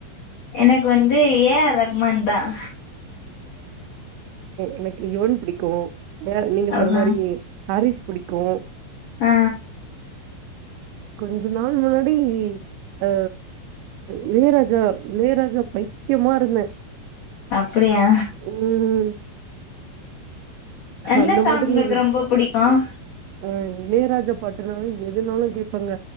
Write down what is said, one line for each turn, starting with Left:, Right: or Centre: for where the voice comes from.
Left: எனக்கு வந்து ஏ ஆர் ரகுமான் தான்
Right: எனக்கு யுவன் புடிக்கும் ஏ நீங்க
Left: அப்றோ
Right: சொன்ன மாரி ஹாரீஸ் புடிக்கும்
Left: ஆ
Right: கொஞ்ச நாள் முன்னாடி அ இளையராஜா இளையராஜா பைத்தியமா இருந்தேன்
Left: அப்படியா
Right: ம்
Left: எந்த
Right: அந்த
Left: சாங்
Right: மாதிரி
Left: உங்களுக்கு
Right: இரு
Left: ரொம்ப புடிக்கும்
Right: அ இளையராஜா பாட்டுனாலே எதுனாலும் கேப்பங்க